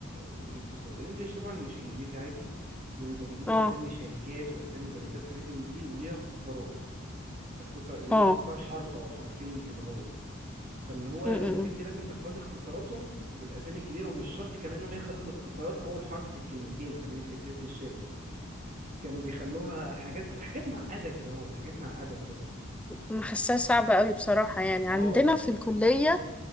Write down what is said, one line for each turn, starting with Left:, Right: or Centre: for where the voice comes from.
Right: والاقتصاد الانجليش طبعا مش انجليزي عادي ده بيبقى بيجيبوا
Centre: اه
Right: اسامي شركات واسامي براندات وحاجات من دي وليها اختصارات اختصار اللي
Centre: اه
Right: هو اختصار حرف او حرفين كده هو فاللي هو
Centre: امم
Right: كانت انت لازم تحفظي اختصاراتهم بالاسامي الكبيره ومش شرط كمان انهم يخلوا الاختصارات اول حرف في الكلمتين فاهماني في إيه؟ في اسم الشركه كانوا بيخلوها حاجات حاجات معقده كده اهوت حاجات معقده بجد
Centre: انا حاساها صعبه قوي بصراحه يعني
Right: اه
Centre: عندنا
Right: يعني
Centre: في الكليه